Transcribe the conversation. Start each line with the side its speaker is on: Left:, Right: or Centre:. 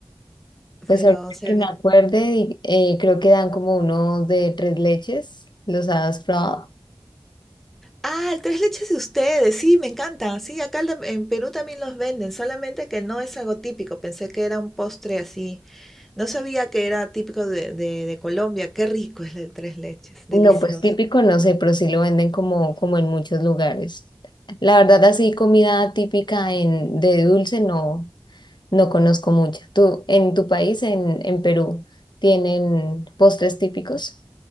Left: Pues
Centre: Pero
Left: ahorita
Centre: se
Left: que me
Centre: ve-
Left: acuerde, y- eh, creo que dan como uno de tres leches. ¿Los has probado?
Centre: Ah, el tres leches de ustedes, sí, me encanta. Sí, acá el en Perú también los venden, solamente que no es algo típico. Pensé que era un postre así. No sabía que era típico de, de- de Colombia. Qué rico es el tres leches, delicioso.
Left: No, pues típico no sé, pero sí lo venden como, como en muchos lugares. La verdad, así comida típica en, de dulce no, no conozco mucha. ¿Tú, en tu país, en, en Perú, tienen postres típicos?